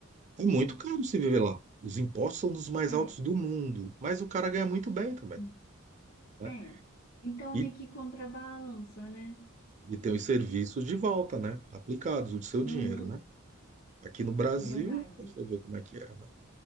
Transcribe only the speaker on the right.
é muito caro se viver lá. Os impostos são dos mais
altos do mundo, mas o cara ganha muito bem também,
né?
E,
e tem os serviços de volta, né? Aplicados, o do seu dinheiro,
né? Aqui no Brasil,
você vê como é que é, né?